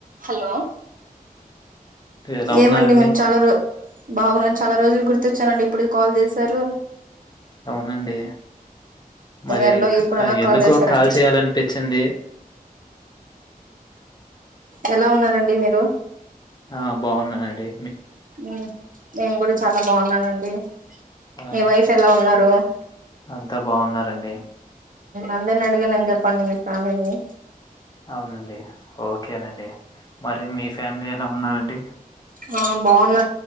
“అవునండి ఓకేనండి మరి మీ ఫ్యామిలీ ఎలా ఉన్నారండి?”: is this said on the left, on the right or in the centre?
Left